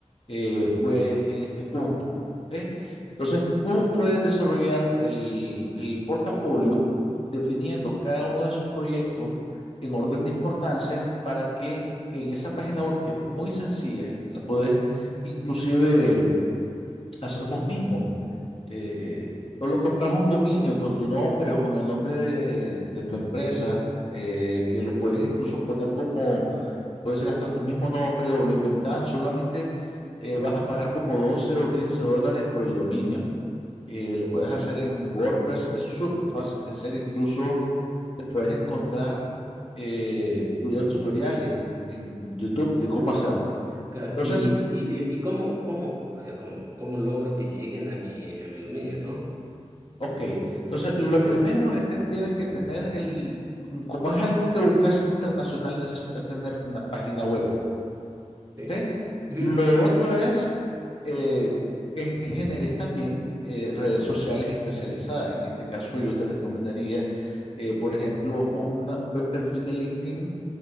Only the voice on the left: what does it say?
eh, fue en este punto. ¿ok? Entonces, tú puedes desarrollar el, el portafolio definiendo cada uno de sus proyectos en orden de importancia para que en esa página web, que es muy sencilla, la puedes inclusive hacer vos mismo. Eh, solo compras un dominio con tu nombre o con el nombre de, de tu empresa, eh, que lo puedes incluso poner como puede ser hasta tu mismo nombre o lo inventás, solamente eh, vas a pagar como 12 o 15 dólares por el dominio. Eh, lo puedes hacer en WordPress, es súper
fácil de hacer, incluso te puedes encontrar eh, videos tutoriales en YouTube de cómo
hacerlo.
Entonces,
ok, entonces lo
primero es que tienes que tener el, como como es algo que buscas internacional, necesitas tener una página web,
¿ok?
Lo otro es eh, que, que generes también eh, redes sociales especializadas. En este caso, yo te recomendaría, eh, por ejemplo, una- un buen perfil de LinkedIn,